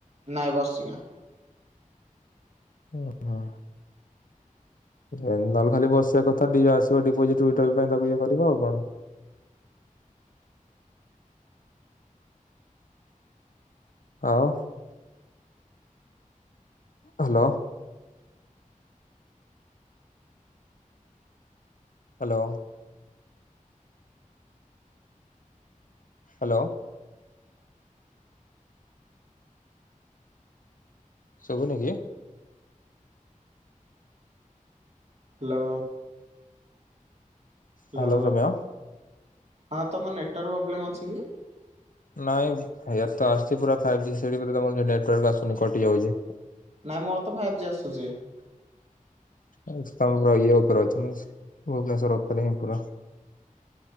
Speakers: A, on the right (about 50°); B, on the left (about 70°).
A: ନାଇଁ ବର୍ଷିକିଆ।
B: ଓ ହଁ। ଏ ନହଲେ ଖାଲି ବସିବା କଥା ଡିଏ ଆସିବ ଡିପୋଜିଟ୍ ୱିଡାଲ୍ ପାଇଁ ତାକୁ ଇଏ କରିବ ଆଉ କଣ? ଆଉ? ହାଲୋ। ହାଲୋ। ହାଲୋ। ଶୁଭୁନି କି?
A: ହାଲୋ।
B: ହ୍ୟାଲୋ
A: ଲୋ
B: ସୌମ୍ୟ?
A: ହଁ ତମ ନେଟୱାର୍ ପ୍ରୋବ୍ଲେମ୍ ଅଛି କି?
B: ନାଇଁ ୟାର ତ ଆସୁଚି ପୁରା ଫାଇବ୍ ଜି ସେଇଠି ବୋଧେ ତମର କେ ନେଟାର୍କ ଆସୁନି କଟି ଯାଉଚି।
A: ନାଇଁ ମୋର ତ ଫାଇବ୍ ଜି ଆସୁଚି।
B: ଏ ସ୍ତମ୍ବର ଇଏ ଓପରେ ଅଛି ମୁଁ ସ୍ ଭୁବନେଶ୍ୱର ଉପରେ ହିଁ ପୁରା।